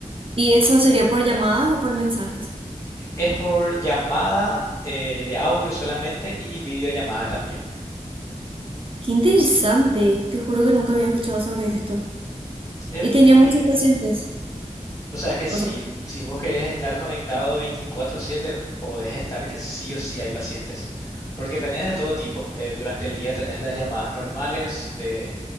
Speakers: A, on the right (about 45°); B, on the left (about 25°).
A: ¿Y eso sería por llamadas o por mensajes?
B: Es por llamada eh, de audio solamente y videollamada también.
A: Qué interesante, te juro que nunca había escuchado sobre esto.
B: Es
A: Y
B: muy...
A: tenía muchos pacientes,
B: Vos sabés que si,
A: o sea,
B: si vos querés estar conectado 24/7, podés estar que sí o sí hay pacientes. Porque tenés de todo tipo. Eh, durante el día tenés las llamadas normales de